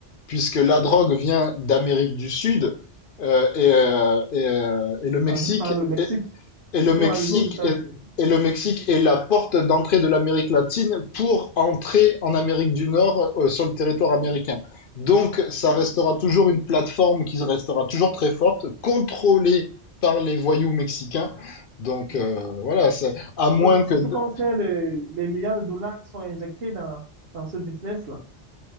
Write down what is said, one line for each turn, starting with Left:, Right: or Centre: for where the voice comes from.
Left: puisque la
Right: oui.
Left: drogue vient d'Amérique du Sud euh, et, euh, et, euh, et le Mexique
Right: Transit par le Mexique
Left: et le Mexique
Right: pour arriver aux États-Unis.
Left: est et le Mexique est la porte d'entrée de l'Amérique latine pour entrer en Amérique du Nord euh, sur le territoire américain.
Right: Oui,
Left: Donc, ça
Right: oui,
Left: restera toujours une plateforme qui restera toujours très forte, contrôlée par les voyous mexicains. Donc,
Right: oui.
Left: euh, voilà, c'est- à
Right: Surtout,
Left: moins
Right: surtout
Left: que... de-
Right: quand on sait les, les milliards de dollars qui sont injectés dans, dans ce business-là.